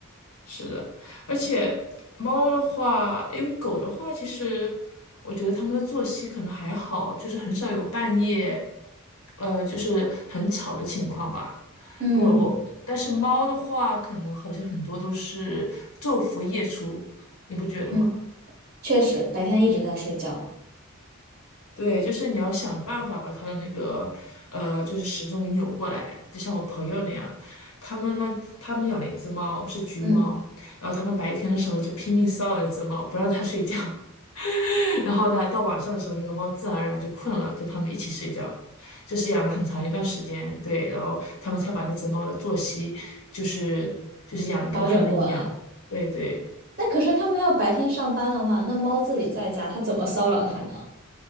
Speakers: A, on the left (about 75°); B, on the right (about 45°).
A: 是的，而且猫的话，因为狗的话，其实我觉得它们的作息可能还好，就是很少有半夜，呃，就是很吵的情况吧。
B: 嗯
A: 因为我，我但是猫的话，可能好像很多都是昼伏夜出，你不觉得吗？
B: 嗯，确实白天一直在睡觉，
A: 对，就是你要想办法把它的那个，呃，就是时钟给扭过来，就像我朋友那样，他们呢，他们养了一只猫，是橘猫，
B: 嗯，
A: 然后他们白天的时候就拼命骚扰那只猫，不让它睡觉，<laughs> 然后呢，到晚上的时候，那个猫自然而然就困了，跟他们一起睡觉，就是养了很长一段时间，对，然后他们才把那只猫的作息，就是就是养的跟他们一样，
B: 调整过来。
A: 对对。
B: 那可是他们要白天上班的话，那猫自己在家，它怎么骚扰它呢？